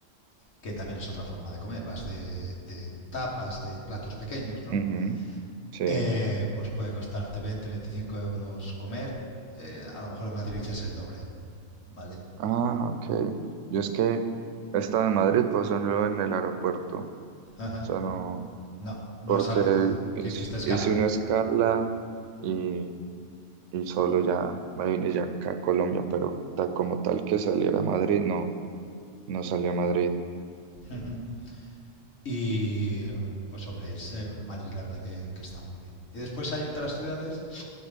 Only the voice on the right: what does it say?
Ujú, sí.
Ah, ok. Yo es que esta de Madrid pasó luego en el aeropuerto. O
sea, no,
porque
hice
hice una escala y, y solo ya me vine ya acá a Colombia, pero tal como tal que saliera a Madrid, no, no salí a Madrid.